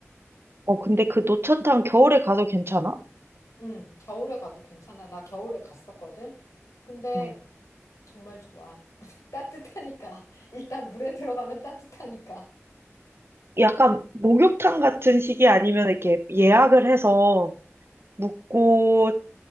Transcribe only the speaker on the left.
응, 겨울에 가도 괜찮아. 나 겨울에 갔었거든. 근데
정말 좋아. <laughs> 따뜻하니까. 일단 물에 들어가면 따뜻하니까.